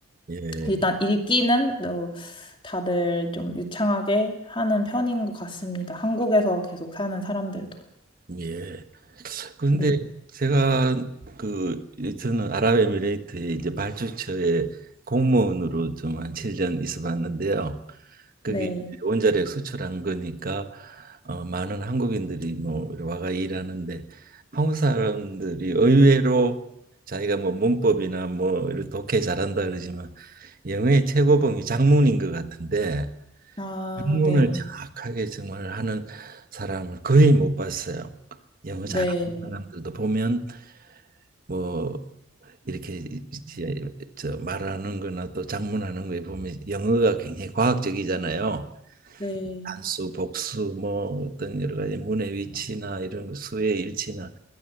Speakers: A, on the right; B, on the left.
A: 예.
B: 일단 읽기는 어, 다들 좀 유창하게 하는 편인 것 같습니다. 한국에서 계속 사는 사람들도.
A: 예. 그런데
B: 네.
A: 제가 그 저는 아랍에미레이트에 이제 발주처에 공무원으로 좀 한 7년 있어 봤는데요. 그게
B: 네.
A: 이제 원자력 수출한 거니까 어, 많은 한국인들이 뭐 이리 와가 일하는데 한국 사람들이 의외로 자기가 뭐 문법이나 뭐 이런 독해 잘한다 그러지만 영어의 최고봉이 작문인 것 같은데
B: 아,
A: 작문을
B: 네.
A: 정확하게 정말 하는 사람을 거의 못 봤어요. 영어
B: 네.
A: 잘하는 사람들도 보면 뭐 이렇게 이제 저 말하는 거나 또 작문하는 거에 보면 영어가 굉장히 과학적이잖아요.
B: 네.
A: 단수, 복수, 뭐 어떤 여러 가지 문의 위치나 이런 거 수의 일치나